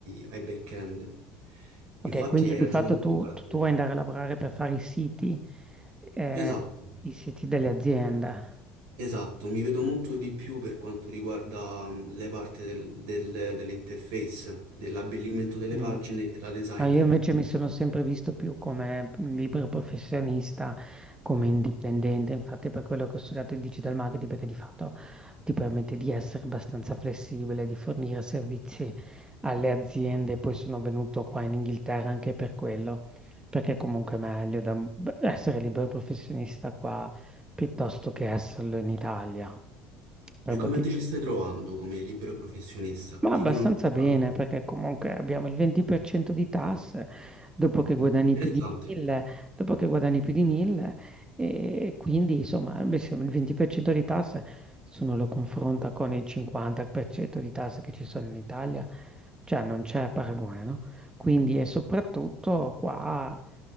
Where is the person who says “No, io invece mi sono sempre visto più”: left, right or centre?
Right